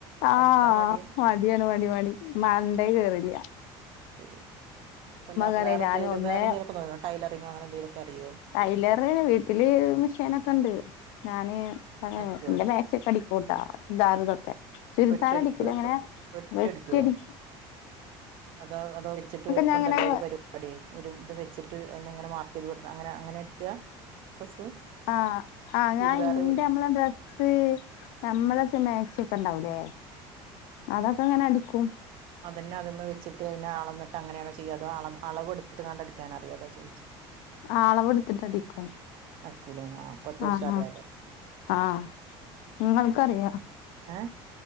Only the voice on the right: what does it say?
പഠിക്കാൻ മടിയേന്ന്
അത് ശരി. ഉം അല്ല കുഴപ്പല്ല. അപ്പം
വേറെന്തേലും
വേറെന്തേലും ഒക്കെ നോ ടൈലറിങ്ങോ അങ്ങനെ എന്തേലൊക്കെ അറിയോ?
അടിക്കോ
വെട്ടിയടിക്കോ
വെട്ടിയടിക്കുവോ
അതോ അതോ വെച്ചിട്ട് വൽപ്പണ്ടല്ലോ
ഒര് പരി പാടി. ഒരു ഇത് വെച്ചിട്ട് അതിനങ്ങനെ മാർക്ക് ചെയ്ത് വെട്ട്ണെ അങ്ങനെ അങ്ങനെ അടിക്കാ ഡ്രസ്സ്
ചുരിദാറ്
അതന്നെ അത് മ്മെ വെച്ചിട്ട് പിന്നെ അളന്നിട്ട് അങ്ങനെ ആണോ ചെയ്യ അതോ അള അളവ് ട്ത്ത്ങ്ങാണ്ട് അടിക്കാൻ അറിയൊ അതാ ചോയി
അടിക്കൂലേ അപ്പൊ അത്യാവശ്യം
അറിയാലോ
ഏ